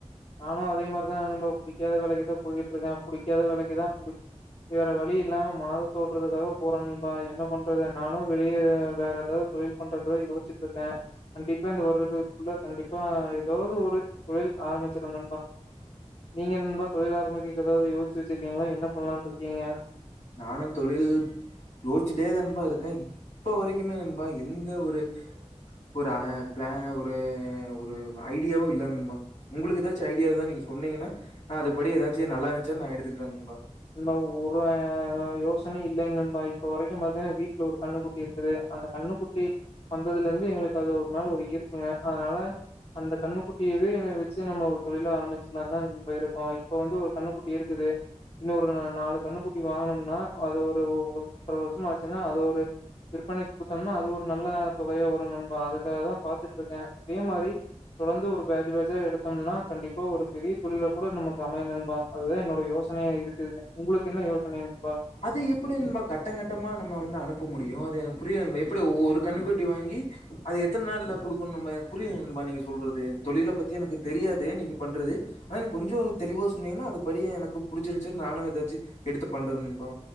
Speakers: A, on the left; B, on the left.
A: நானு அதே மாதிரிதா நண்பா‌ புடிக்காத வேலைக்கு தான் போயிட்ருக்கே புடிக்காத வேலைக்கு தா புடி வேற வழி இல்லாம மாதத்த ஓட்றதுக்காக போறே நண்பா என்ன பண்றது நானு வெளியே வேற எதாவது தொழில் பண்றதோ யோசிச்சிட்ருக்கே கண்டிப்பா இந்த வருடத்துக்குள்ள கண்டிப்பா எதாவது ஒரு தொழில் ஆரம்பிச்சரனு நண்பா நீங்க நண்பா தொழில் ஆரமிக்கிறதுக்கு எதாவது யோசிச்சு வச்சிருக்கீங்களா என்ன பண்ணலான்னு இருக்கீங்க
B: நானு தொழில் யோச்சுட்டே தா நண்பா இருக்கேன் இப்ப வரைக்குமே நண்பா எந்த ஒரு ஒரு ஆ‌ பிள ஒரு ஒரு ஐடியாவும் இல்ல நன்பா உங்களுக்கு ஏதாச்சும் ஐடியா இருந்தா நீங்க சொன்னீங்கன்னா நா அது படி எதாச்சும் நல்லா இருந்துச்சா நா எடுத்துக்கிட்ட நன்பா
A: நண்பா ஒரு யோசனையு இல்லைங்க நன்பா இப்ப வரைக்கும் பாத்தீங்கன்னா வீட்டுல ஒரு கண்ணு கு ட்டி இருக்குது அந்த கண்ணுக்குட்டி வந்ததுல இருந்து எங்களுக்கு அது ஒரு மேல ஒரு ஈர்ப்புங்க அதனால அந்த கண்ணுக்குட்டிவோ வச்சு நம்ம ஒரு தொழில ஆரம்பிச்சுக்கலாம்னு தான் போயிருக்கோம் இப்ப வந்து ஒரு கண்ணுக்குட்டி இருக்குது இன்னும் ஒரு நாலு கண்ணுக்குட்டி வாங்கனோம்னா அது ஒரு ஒன்ற வருஷமா ஆச்சுன்னா அது ஒரு விற்பனைக்கு கொடுத்தோம்னா அது ஒரு நல்ல தொகையா வரும் நண்பா அதுக்காக தா பாத்துட்டு இருக்கேன் அதே மாரி தொடர்ந்து ஒரு பேஜ் பேஜா எடுத்தோம்னா கண்டிப்பா ஒரு பெரிய தொழில்லா கூட நமக்கு அமையும் நண்பா அதுதான் என்னோட யோச யோசனையா இருக்குது உங்களுக்கு என்ன யோசனை நண்பா
B: அது எப்டி நண்பா கட்டங்கட்டமா நம்ம வந்து அனுப்ப முடியும் அது எனக்கு புரியல எப்டி ஒரு கண்ணுகுட்டி வாங்கி அது எத்தன நாள்ல கொடுக்கணும்னு புரியால நண்பா நீங்க சொல்றது தொழில பத்தி எனக்கு தெரியாது நீங்க பண்றது ஆனா கொஞ்சம் தெளிவா சொன்னீங்கன்னா அது படி எனக்கு புடிச்சிருந்துச்ச நானும் ஏதாச்சும் எடுத்து பண்றே நண்பா